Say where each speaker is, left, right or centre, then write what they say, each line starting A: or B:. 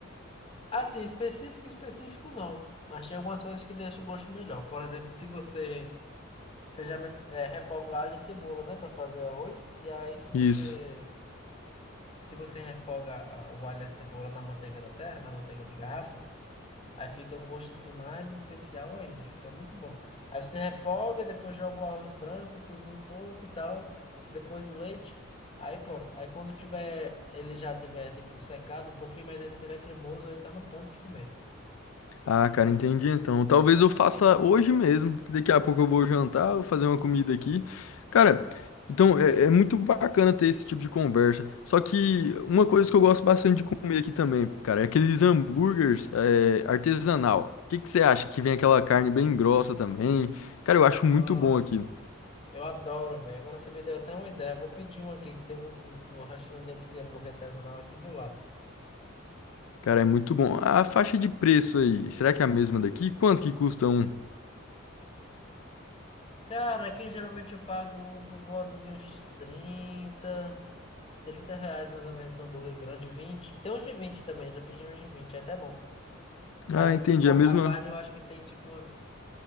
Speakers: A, on the left; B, on the left.
A: Assim, específico, específico não. Mas tem algumas coisas que deixam o gosto melhor. Por exemplo, se você, você geralmente eh, refoga alho e cebola, né, para fazer o arroz. E aí se você
B: Isso.
A: Se você refoga a- o alho e a cebola na manteiga da terra, na manteiga de garrafa, aí fica um gosto assim mais especial ainda, fica muito bom. Aí você refoga, depois joga o arroz branco, cozinha um pouco e tal, depois do leite. Aí pronto. Aí quando tiver, ele já tiver tipo secado um pouquinho, mas ainda tiver cremoso, aí tá no ponto de comer.
B: Ah, cara, entendi então. Talvez eu faça hoje mesmo. que Daqui a pouco eu vou jantar, vou fazer uma comida aqui. Cara, então é, é muito bacana ter esse tipo de conversa. Só que uma coisa que eu gosto bastante de comer aqui também, cara, é aqueles hambúrgueres é, artesanal. O que que você acha? Que vem aquela carne bem grossa também. Cara, eu acho muito
A: Nossa,
B: bom aquilo.
A: eu adoro, velho. Agora você me deu até uma ideia. Eu Vou pedir um aqui, que tem um, um, um restaurante de hambú- de hambúrguer artesanal aqui do lado.
B: Cara, é muito bom. A faixa de preço aí, será que é a mesma daqui? Quanto que custa um?
A: Cara, aqui geralmente eu pago por volta de uns trinta, 30 reais mais ou menos no hambúrguer grande, 20, Tem uns de 20 também, já pedi uns de 20, é até bom. Mas
B: Ah,
A: assim,
B: entendi.
A: com
B: É
A: a,
B: a mesma.
A: a carne eu acho que tem tipo umas